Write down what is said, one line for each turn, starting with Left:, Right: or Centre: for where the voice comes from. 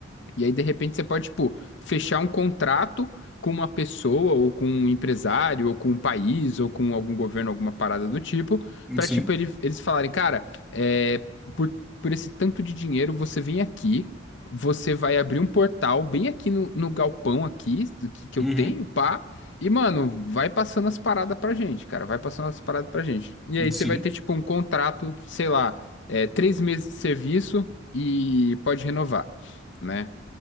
Left: E aí, de repente, você pode, tipo, fechar um contrato com uma pessoa, ou com um empresário, ou com um país, ou com algum governo, alguma parada do tipo, pra,
Centre: Sim.
Left: tipo, ele- eles falarem, cara, é, por, por esse tanto de dinheiro, você vem aqui, você vai abrir um portal bem aqui no, no galpão aqui, do que, que
Centre: Uhum.
Left: eu tenho, pá, e, mano, vai passando as paradas pra gente, cara, vai passando as paradas pra gente. E aí,
Centre: Sim.
Left: você vai ter, tipo, um contrato, sei lá, é, três meses de serviço e pode renovar né?